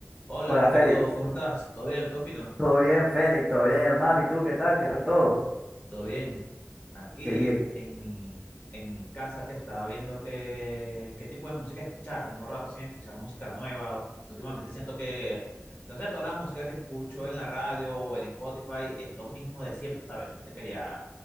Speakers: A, on the left (about 35°); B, in the centre.
A: Hola
B: Hola
A: Ricardo,
B: Félix,
A: ¿cómo estás? ¿Todo bien? ¿Todo fino?
B: todo bien Félix, todo bien hermano, ¿y tú qué tal? ¿Qué tal todo?
A: Todo bien. Aquí
B: Qué bien.
A: eh, en mi, en mi casa que estaba viendo qué, qué tipo de música escuchar. Tengo rato sin escuchar música nueva. Últimamente siento que, no sé, toda la música que escucho en la radio o en Spotify es lo mismo de siempre, ¿sabes? Entonces quería,